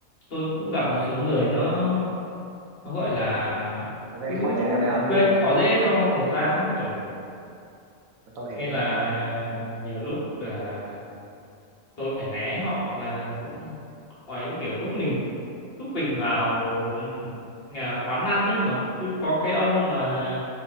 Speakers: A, on the left; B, on the right.
A: tôi cũng gặp một số người nó nó gọi là
B: Ở gây
A: cứ
B: khó dễ với ông
A: gây
B: cái gì
A: khó dễ cho người ta
B: ờ
A: ấy. ừ.
B: tôi hiểu
A: nên là
B: tôi hiểu
A: à, nhiều lúc là tôi phải né họ ra cũng ấy kiểu lúc mình lúc mình vào ừ, nhà quán ăn ấy mà cứ có cái ông mà